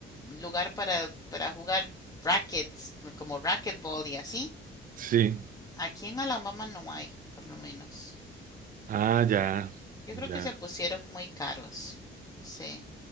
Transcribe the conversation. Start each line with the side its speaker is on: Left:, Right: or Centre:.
Left: lugar para, para jugar rackets, como racquetball y así.
Right: Sí.
Left: Aquí en Alabama no hay, por lo menos.
Right: Ah, ya,
Left: Yo
Right: ya.
Left: creo que se pusieron muy caros. No sé.